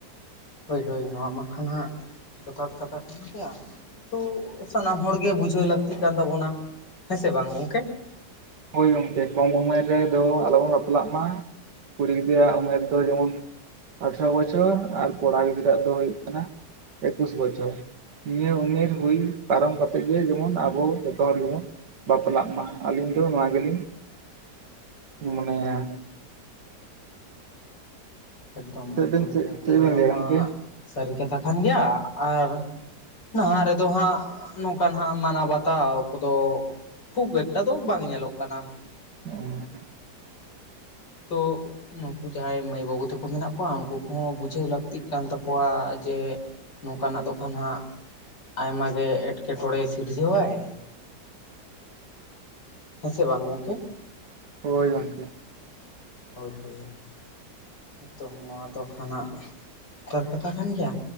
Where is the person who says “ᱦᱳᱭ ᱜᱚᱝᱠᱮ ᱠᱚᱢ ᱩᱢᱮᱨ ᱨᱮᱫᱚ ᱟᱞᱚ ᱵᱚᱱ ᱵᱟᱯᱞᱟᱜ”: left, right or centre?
Right